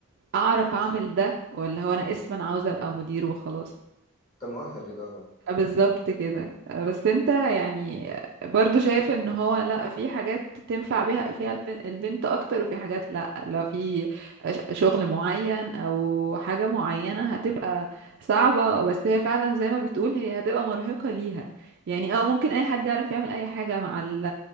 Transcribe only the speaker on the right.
اعرف
اعمل ده ولا هو انا اسما عاوز ابقى مدير وخلاص
آه، بالظبط كده آه، بس انت يعني برضو شايف ان هو لا في حاجات تنفع بيها فيها الب- البنت اكتر وفي حاجات لا لو في ش- شغل معين او حاجة معينة هتبقى صعبة بس هي فعلا زي ما بتقول هي هتبقى مرهقة ليها يعني اه ممكن اي حد يعرف يعمل اي حاجة مع ال-